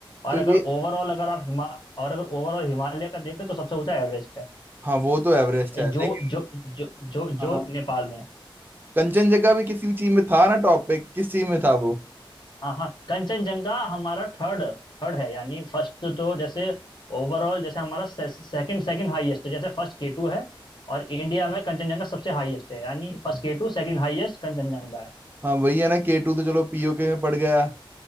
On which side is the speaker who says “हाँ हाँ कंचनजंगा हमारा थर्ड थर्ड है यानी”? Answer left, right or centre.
Left